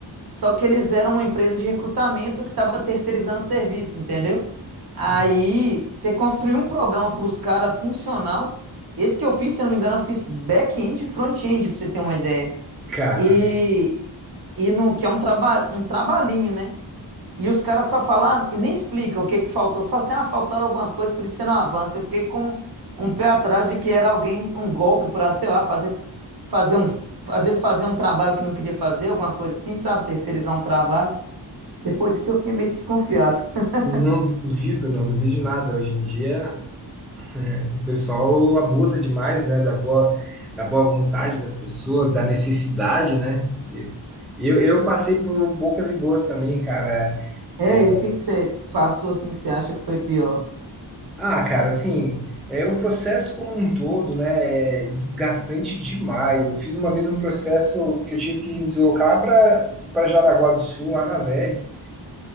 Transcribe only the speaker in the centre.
Hum,
Cara,
não duvido, não duvido de nada. Hoje em dia, é, o pessoal abusa demais, né, da boa, da boa vontade das pessoas, da necessidade, né? E Eu, eu passei por bocas e boas também, cara.
É,
Ah, cara, assim, é o processo como um todo, né, é desgastante demais. Eu fiz uma vez um processo que eu tive que me deslocar para para Jaraguá do Sul, lá na VEG.